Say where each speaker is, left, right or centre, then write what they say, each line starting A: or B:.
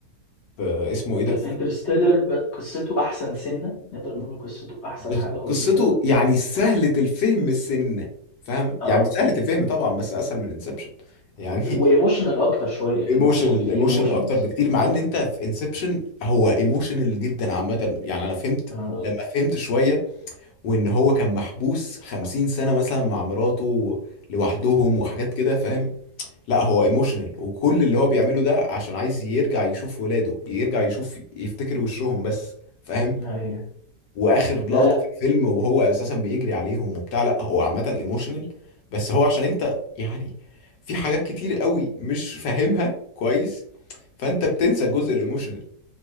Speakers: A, on the left (about 75°); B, on the left (about 55°).
A: في اسمه ايه ده
B: انترستيلر قصته احسن سنه نقدر نقول قصته احسن
A: في-
B: حاجه بسيطه
A: قصته يعني سهلة الفهم السنة فاهمة
B: اه
A: يعني مش سهلة الفهم طبعا بس اسهل من انسبشن يعني <laughs>
B: وايموشنال اكتر شويه
A: ايموشنال
B: ايموشنال في
A: ايموشنال
B: ايموشنز
A: اكتر بكتير مع ان انت في انسبشن هو ايموشنال جدا عامه يعني انا فهمت
B: اه
A: لما فهمت شويه وان هو كان محبوس 50 سنه مثلا مع مراته لوحدهم وحاجات كده فاهم لا هو ايموشنال وكل اللي هو بيعمله ده عشان عايز يرجع يشوف ولاده يرجع يشوف يفتكر وشهم بس فاهم
B: ايوه
A: واخر
B: لا
A: لقطه
B: لا
A: في الفيلم وهو اساسا بيجري عليهم وبتاع لا هو عامه ايموشنال بس هو عشان انت يعني في حاجات كتير قوي مش فاهمها كويس فانت بتنسى الجزء الايموشنال